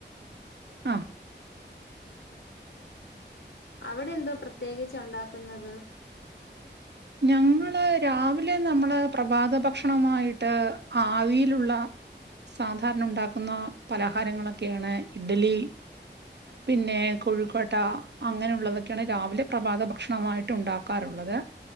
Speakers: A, on the right (about 65°); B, on the left (about 85°).
A: ആഹ
B: അവിടെ എന്തപ്രത്യേകിച്ച് ഉണ്ടാക്കുന്നത്
A: ഞങ്ങള് രാവിലെ നമ്മക്ക് നമ്മള് പ്രഭാത ഭക്ഷണമായിട്ട് ആവിയിലുള്ള സാധാരണ ഉണ്ടാക്കുന്ന പലഹാരങ്ങളൊക്കെയാണ് ഇഡ്ലി പിന്നെകൊഴുക്കട്ട അങ്ങനെയുള്ളതൊക്കെയാണ് രാവിലെ പ്രഭാത ഭക്ഷണമായിട്ട് ഉണ്ടാക്കാറുള്ളത്